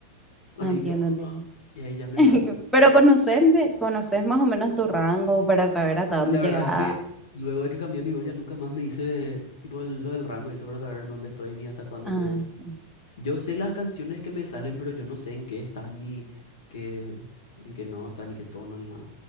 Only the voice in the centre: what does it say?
Entiendo,
entiendo.
<laughs>
Pero conoces, me- conoces más o menos tu rango para saber hasta dónde
llegas.
Ah,
sí.